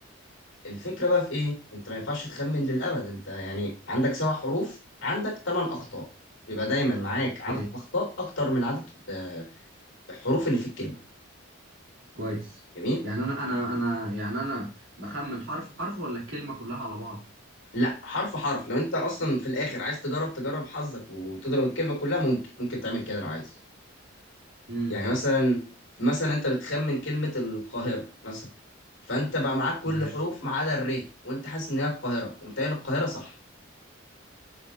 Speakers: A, on the left (about 60°); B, on the right (about 70°).
A: الفكره بقى في ايه انت ما ينفعش تخمن للابد انت يعني عندك سبع حروف عندك ثمان اخطاء بيبقى دايما معاك عدد
B: كويس
A: اخطاء اكتر من عدد آه، الحروف اللي في الكلمه
B: كويس
A: جميل
B: يعني انا انا انا يعني انا بخمن حرف حرف ولا الكلمة كلها على بعض
A: لا حرف حرف لو انت اصلا في الاخر عايز تجرب تجرب حظك وتضرب الكلمه كلها ممكن ممكن تعمل كده لو عايز
B: امم
A: يعني مثلا مثلا انت بتخمن كلمة القاهرة مثلا فانت بقى معاك كل
B: ماشي
A: حروف ما عدا الر وانت حاسس ان هي القاهرة ومتهيألي القاهرة صح